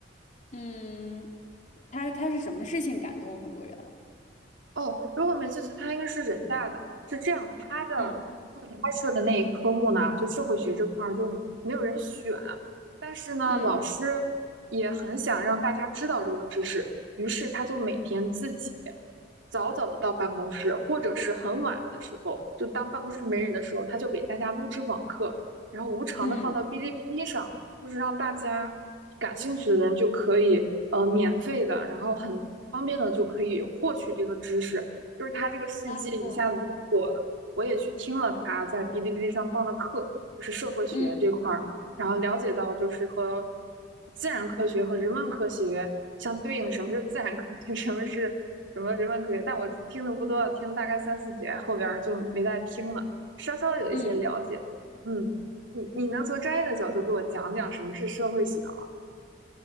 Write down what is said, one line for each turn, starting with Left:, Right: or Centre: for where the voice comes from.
Left: 嗯，他他是什么事情感动了很多人啊
Right: 哦，如果没记错，他应该是人大的。是这样，他的开设的那一科目呢，
Left: 嗯
Right: 就社会学这块儿就没有人选，但是呢，
Left: 嗯
Right: 老师也很想让大家知道这个知识，于是他就每天自己早早的到办公室，或者是很晚的时候，就当办公室没人的时候，他就给大家录制网课，然后无偿的放到哔哩哔哩上，
Left: 嗯
Right: 就是让大家感兴趣的人就可以呃免费的，然后很方便的就可以获取这个知识，就是他这个事迹一下子就火了。
Left: 啊啊
Right: 我也去听了他在哔哩哔哩上放的课，就是社会学这块儿，
Left: 嗯
Right: 然后了解到就是和自然科学和人文科学相对应的什么是自然科学，<laughs> 什么是什么人文科学。但我听的不多，听了大概三四节，后边就没再听了，稍稍有一些了解。
Left: 嗯。
Right: 嗯，你你能从专业的角度给我讲讲什么是社会学吗？